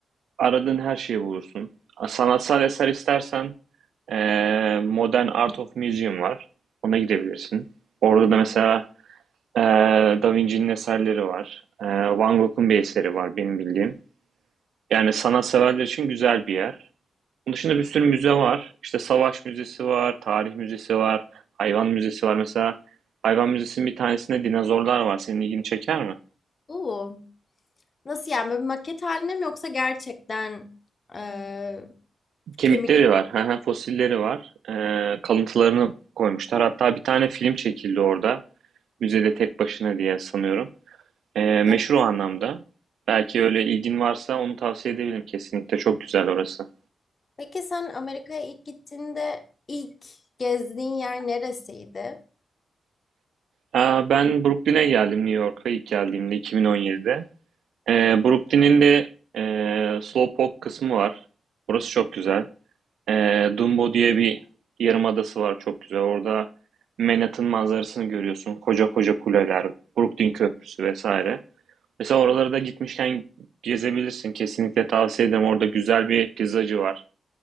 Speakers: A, on the right (about 75°); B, on the left (about 45°).
A: aradığın her şeyi bulursun. Sanatsal eser istersen e, Modern Art of Museum var. Ona gidebilirsin. Orada
B: Hmm.
A: da mesela Ee, Da Vinci'nin eserleri var. Ee, Van Gogh'un bir eseri var benim bildiğim. Yani sanatseverler için güzel bir yer. Onun dışında bir sürü müze var. İşte Savaş Müzesi var, Tarih Müzesi var, Hayvan Müzesi var. Mesela Hayvan Müzesi'nin bir tanesinde dinozorlar var. Senin ilgini çeker mi?
B: Oo. Nasıl yani böyle bir maket haline mi yoksa gerçekten e,
A: Kemikleri
B: kemik?
A: var, <laughs> fosilleri var. Ee, kalıntılarını koymuşlar. Hatta bir tane film çekildi orada. Müzede tek başına diye sanıyorum. Ee, meşhur
B: Evet.
A: o anlamda. Belki öyle ilgin varsa onu tavsiye edebilirim kesinlikle. Çok güzel orası.
B: Peki sen Amerika'ya ilk gittiğinde ilk gezdiğin yer neresiydi?
A: Aa, Ben Brooklyn'e geldim New York'a ilk geldiğimde 2017'de. Ee, Brooklyn'in de e, Slowpoke kısmı var. Burası çok güzel. Ee, Dumbo diye bir yarımadası var çok güzel. Orada Manhattan manzarasını görüyorsun. Koca koca kuleler, Brooklyn Köprüsü vesaire. Mesela oralara da gitmişken gezebilirsin. Kesinlikle tavsiye ederim. Orada güzel bir pizzacı var.